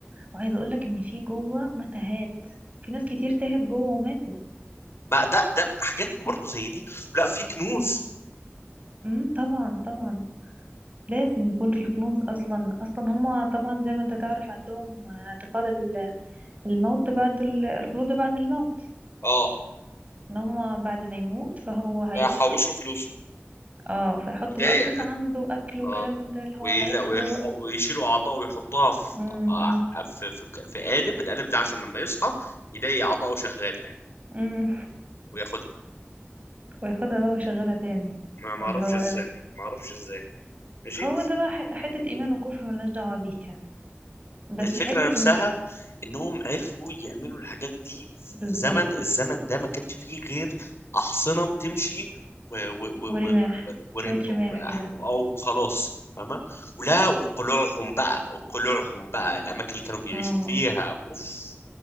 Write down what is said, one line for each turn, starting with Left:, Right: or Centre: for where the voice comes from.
Right: وعايزه اقول لك ان في جوه متاهات في ناس كتير تاهت جوه وماتت
Left: ما ده ده حاجات برضه زي دي لا في كنوز
Right: امم طبعا طبعا لازم يكون في كنوز اصلا اصلا هم طبعا زي ما انت تعرف عندهم اعتقاد ال- الموت بعد ال- الخلود بعد الموت
Left: اه
Right: ان هم بعد ما يموت فهو هيصحى
Left: حوشوا فلوس
Right: اه فيحطوا
Left: ايديا
Right: بقى فلوس عنده اكل وكلام
Left: اه
Right: من ده اللي هو
Left: ولا
Right: هيصحى
Left: ويح-
Right: دلوقتي
Left: ويشيلوا اعضائه ويحطوها في
Right: امم
Left: آه، في في, في قالب القالب ده عشان لما يصحى يلاقي اعضائه شغاله يعني
Right: امم
Left: وياخدها
Right: <laughs> وياخدها بقى ويشغلها تاني
Left: ما ما
Right: اللي
Left: اعرفش
Right: هو
Left: ازاي
Right: إيه؟
Left: ما اعرفش ازاي ماشي
Right: هو ده بقى ح- حتة إيمان وكفر ملناش دعوة بيها بس
Left: الفكره
Right: حتة
Left: نفسها
Right: إنه
Left: انهم عرفوا يعملوا الحاجات دي في
Right: بالظبط
Left: زمن الزمن ده ما كانش فيه غير احصنه بتمشي و و و
Right: ورماح
Left: و ورم-
Right: شوية
Left: و-
Right: رماح كده
Left: او خلاص فاهمه ولا وقلوعهم بقى وقلوعهم بقى الاماكن اللي كانوا بيعيشوا
Right: اه
Left: فيها اوف